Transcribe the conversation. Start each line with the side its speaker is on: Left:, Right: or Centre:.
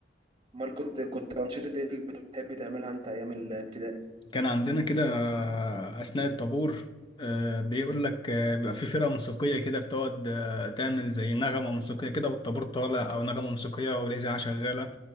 Right: أمال كنت كنت أنشطة إيه اللي بتحب تعملها أنت أيام الابتدائي؟
Left: كان عندنا كده آه، أثناء الطابور آه، بيقول لك آه، بيبقى في فرقة موسيقية كده بتقعد آه، تعمل زي نغمة موسيقية كده والطابور طالع أو نغمة موسيقية أو الإذاعة شغالة